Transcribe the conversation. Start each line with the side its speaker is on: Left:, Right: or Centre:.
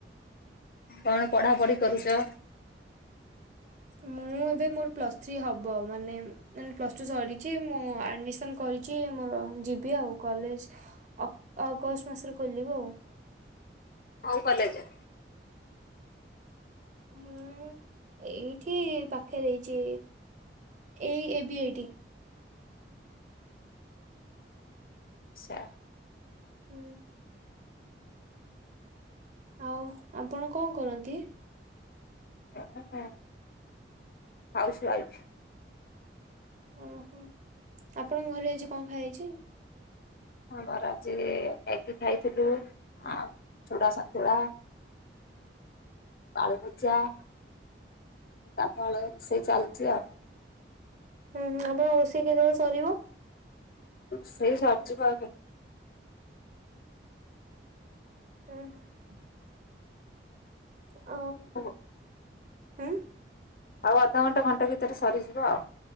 Left: କଣ ପଢାପଢି କରୁଛ?
Right: ମୁଁ ଏବେ ମୋର ପ୍ଲସ ଥ୍ରୀ ହବ ମାନେ ମେ ପ୍ଲସ ଟୁ ସରିଛି ମୁଁ ଆଡମିସନ କରିଛି ମୋର ଯିବି ଆଉ କଲେଜ ଅଗଷ୍ଟ ମାସରେ ଖୋଲିବ ଆଉ
Left: ହଉ କଲେଜ
Right: ହୁଁ ଏଇଠି ପାଖରେ ହେଇଛି ଏଇ ଏ ବି ଏଇଠି
Left: ଆଚ୍ଛା।
Right: ହୁଁ। ଆଉ ଆପଣ କଣ କରନ୍ତି?
Left: <unintelligible> ହାଉସ୍ୱାଇଫ୍।
Right: ଓହୋ ଆପଣଙ୍କ ଘରେ ଆଜି କଣ ଖାଇଇଛି?
Left: ଆମର ଆଜି ମ୍ୟାଗି ଖାଇଥିଲୁ ଆ ଚୁଡା ସ ତୁଳା ଆଳୁ ଭଜା ତାପ ବଳେ ରୋଷେଇ ଚାଲିଛି ଆଉ।
Right: ହୁଁ ହୁଁ ଆପଣ ରୋଷେଇ କେତେବେଳେ ସରିବ।
Left: ସେଇ ସଜ ବା
Right: ହୁଁ ହୁଁ। ଆ
Left: <unintelligible>
Right: ହାଁ
Left: ଆଉ ଅଧଘଣ୍ଟା ଘଣ୍ଟା ଭିତରେ ସରିଯିବ ଆଉ।